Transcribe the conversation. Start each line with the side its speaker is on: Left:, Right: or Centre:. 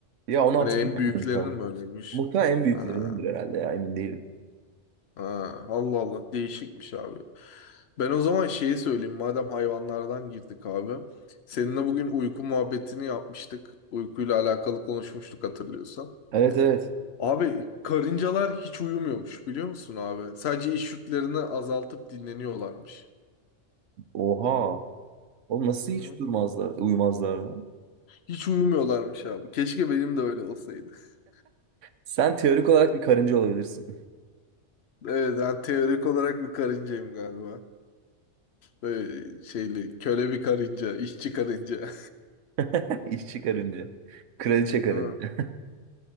Right: Ya onu
Left: Hani
Right: hatırlamıyorum
Left: en büyüklerinin
Right: tam.
Left: mi öyleymiş?
Right: Muhtemelen en büyüklerindendir
Left: Ha.
Right: herhalde ya emin değilim.
Left: Ha, Allah Allah değişikmiş abi. Ben o zaman şeyi söyleyeyim madem hayvanlardan girdik abi. Seninle bugün uyku muhabbetini yapmıştık. Uykuyla alakalı konuşmuştuk hatırlıyorsan.
Right: Evet evet.
Left: Abi karıncalar hiç uyumuyormuş biliyor musun abi? Sadece iş yüklerini azaltıp dinleniyorlarmış.
Right: Oha. Oğlum nasıl
Left: Hı hı.
Right: hiç durmazlar, uyumazlar lan?
Left: Hiç uyumuyorlarmış abi. Keşke benim de öyle olsaydı. <laughs>
Right: Sen teorik olarak bir karınca olabilirsin.
Left: Evet ben teorik olarak bir karıncayım galiba. Böyle şeyli köle bir karınca, işçi karınca.
Right: <laughs> İşçi karınca. Kraliçe karınca.
Left: <laughs> Ha,